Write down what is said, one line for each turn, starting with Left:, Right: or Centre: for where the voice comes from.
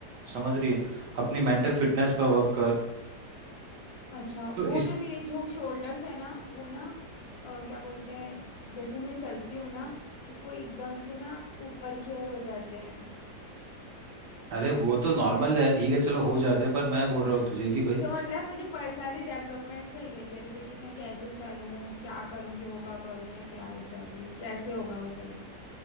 Right: समझ रही है अपनी मेंटल फिटनेस पे वर्क कर
Left: अच्छा
Right: तो
Left: वो
Right: इस
Left: ना मेरे जो शोल्डर्स है ना वो ना अ, क्या बोलते हैं जैसे मैं चलती हूँ ना तो वो एकदम से ना ऊपर की ओर हो जाते हैं
Right: अरे वो तो नॉर्मल है ठीक है चलो हो जाते हैं पर मैं बोल रहा हूँ तुझे कि भाई
Left: तो मतलब मुझे पर्सनाली डेवलपमेंट चाहिए तेरे से कि मैं कैसे चलूँ क्या करूँ योगा करूँ या क्या एग्जैक्टली exactly, कैसे होगा वो सही